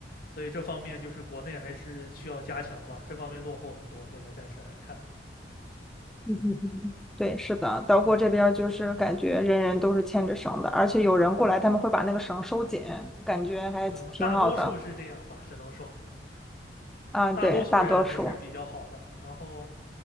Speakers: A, on the left; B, in the centre.
A: 所以这方面就是国内还是需要加强吧，这方面落后很多，现在暂时还看。
B: 嗯嗯，对，是的，德国这边儿就是感觉人人都是牵着绳的，
A: 对，
B: 而且有人过来，他们会把那个绳收紧，感觉还挺挺好的
A: 嗯、大多数是这样吧，只能说。
B: 啊。
A: 大多数人还是比较好的，
B: 对，大多数，
A: 然后